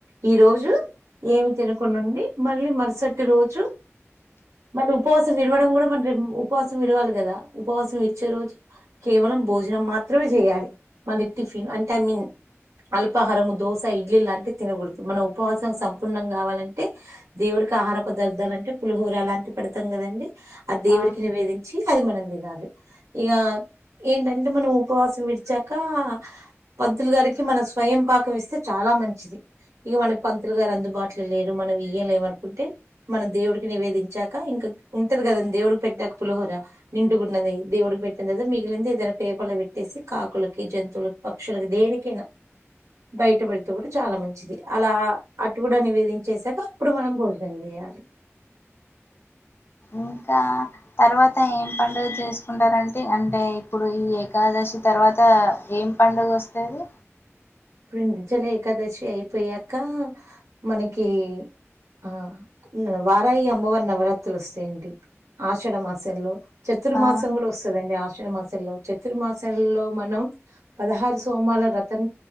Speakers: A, on the right; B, on the left.
A: ఈ రోజు ఏమి తినకునుండి మళ్ళీ మరుసటి రోజు మళ్ళీ ఉపవాసం విడవడం కూడా మన ఉపవాసం విడవాలి కదా ఉపవాసం ఇచ్చే రోజు కేవలం భోజనం మాత్రమే చేయాలి మళ్ళీ టిఫిన్ అంటే ఐ మీన్ అల్పాహారంము దోస ఇడ్లీ లాంటివి తినకూడదు మన ఉపవాసం సంపూర్ణం కావాలంటే దేవు ఆహార పదార్థాలు అంటే పులిహోర అలాంటి పెడతాం కదండి అది దేవుడికి
B: ఆ
A: నివేదించి అది మనం తినాలి ఇగ ఏంటంటే మనం ఉపవాసం విడిచాక పద్దులు గారికి మన స్వయం పాకం ఇస్తే చాలా చా మంచిది ఇగ మనకి పంతులు గారు అందుబాటులో లేరు మన వియ్యలేమనుకుంటే మనం దేవుడికి నివేదించాక ఇంక ఉంటది కదాం దేవుడికి పెట్టాక పులహోర నిం డుగా ఉన్నది దేవుడుకి పెట్టింది మిగిలింది ఏదైనా పేపర్లో పెట్టేసి కాకులకి జంతువులకి పక్షులకి దేనికి బయట పెడితే కూడా చాలా మంచిది అలా అటు కూడా నివేదించేసాక అప్పుడు మనం భోజనం చేయాలి
B: ఇంకా తర్వాత ఏం పండుగ చేసుకుంటారంటే అంటే ఇప్పుడు ఈ ఏకాదశి వచ్చి తర్వాత ఏం పండుగ వస్తది
A: ఇప్పుడు నించలు ఏకాదశి అయిపోయాక మనకి ఆ వారాయి అమ్మవారి నవరాత్రులు వస్తాయండి ఆషాఢ మాసంలో చతుర్
B: ఆ
A: మాసం కూడా వస్తుదండి ఆస్ మాసంలో చతుర్మాసల్లో మనం పదహారు సోమాల రతం